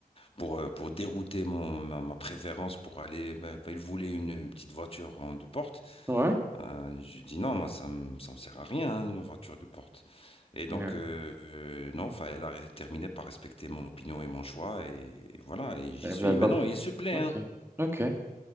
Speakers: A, on the left (about 40°); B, on the right (about 15°).
A: pour, euh, pour dérouter mon, ma, ma préférence pour aller. ben, il voulait une, petite voiture en deux portes.
B: ouais,
A: Euh, je dis non, moi, ça me, ça me sert à rien, hein, une voiture deux portes. Et donc,
B: ouais.
A: euh, euh, non, enfin, elle a terminé par respecter mon opinion et mon choix. Et, et voilà, et j'y
B: Et
A: suis.
B: vous l'avez pas
A: Maintenant,
B: pris.
A: il se plaît,
B: Ok,
A: hein.
B: ok,